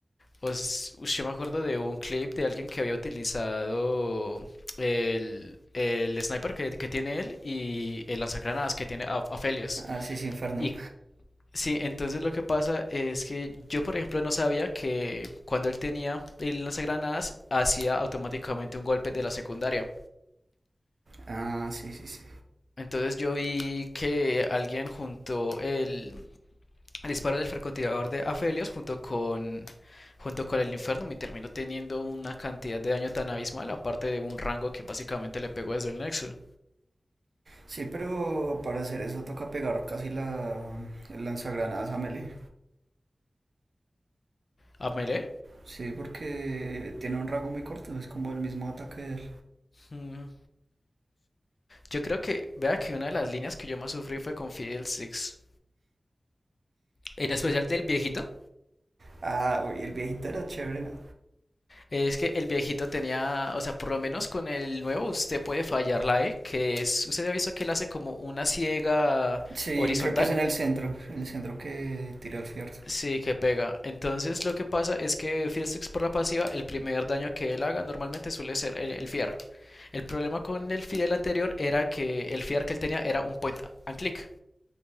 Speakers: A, on the left; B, on the right.
A: Pues, ush, yo me acuerdo de un clip de alguien que había utilizado el, el sniper que, que tiene él y el lanzagranadas que tiene Af- Afelios.
B: Ah, sí, sí, Inferno.
A: Y sí, entonces lo que pasa es que yo, por ejemplo, no sabía que cuando él tenía el lanzagranadas hacía automáticamente un golpe de la secundaria.
B: Ah, sí, sí, sí.
A: Entonces yo vi que alguien juntó el, al disparo del francotirador de Afelios junto con, junto con el Inferno y terminó teniendo una cantidad de daño tan abismal, aparte de un rango que básicamente le pegó desde el Nexus.
B: Sí, pero para hacer eso toca pegar casi la, el lanzagranadas a melee.
A: ¿A melee?
B: Sí, porque tiene un rango muy corto, es como el mismo ataque de él.
A: Mm, Yo creo que, vea que una de las líneas que yo más sufrí fue con Fidel Six. En especial del viejito.
B: Ah, uy, el viejito era chévere, ¿no?
A: Es que el viejito tenía, o sea, por lo menos con el nuevo usted puede fallar la E, que es, usted ha visto que él hace como una ciega
B: Sí,
A: horizontal
B: creo que es en el centro, en el centro que tira al fierro.
A: Sí, que pega. Entonces lo que pasa es que Fiddlesticks por la pasiva, el primer daño que él haga normalmente suele ser el, el Fear. El problema con el Fiddle anterior era que el Fear que él tenía era un point and click.